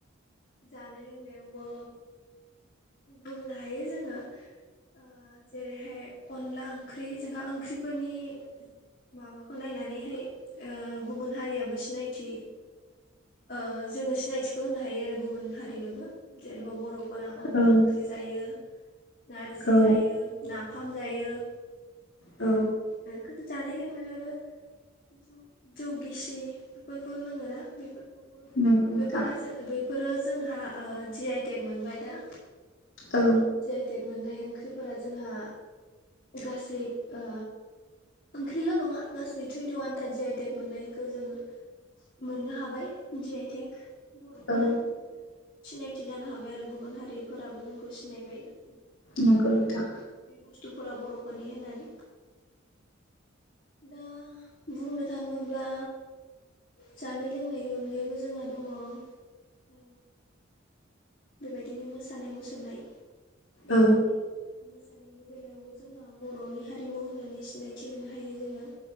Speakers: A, on the left (about 45°); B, on the left (about 65°).
A: जानाय लोंनायावबो बुंनो हायो जोङो। ओ जेरैहाय अनला ओंख्रि जोंहा ओंख्रिफोरनि माबाखौ नायनानैहाय ओ गुबुन हारियाबो सिनायथि ओ जोङो सिनायथिखौ होनो हायो आरो गुबुन हारिनोबो जेनेबा बर' बर'फोरा अनला
B: औ
A: ओंख्रि जायो नारजि
B: औ
A: जायो नाफाम जायो।
B: औ।
A: ओ खोथु जानाय लोंनाय आरो जौ जौ गिसि बेफोरखौ लोङोना बेफोर।
B: नंगौ नोंथां
A: बेफोरहा बेफोरो जोंहा ओ जि आइ टेक मोनबाय दा।
B: औ।
A: जि आइ टेक मोननाय ओंख्रिफोरा जोंहा गासै ओ ओंख्रिल' नङा गासै टुइन्टिवान था जि आइ टेक मोननायखौ जोङो मोननो हाबाय जि आइ टेक बर'फोरा।
B: औ
A: सिनायथि जानो हाबाय आरो गुबुन हारिफोराबो जोंखौ सिनायबाय।
B: नंगौ
A: बे
B: नोंथां
A: बे बुस्थुफोरा बर'फोरनि होननानै। दा बुंनो थाङोब्ला जानाय लोंनायनि अनगायैबो जोंहा दङ ओ बेबायदिनो मोसानाय मुसुरनाय मोसानाय
B: औ
A: मोसानायनि बेलायावबो जोंहा बर'नि हारिमु होननानै सिनायथि होनो हायो जोङो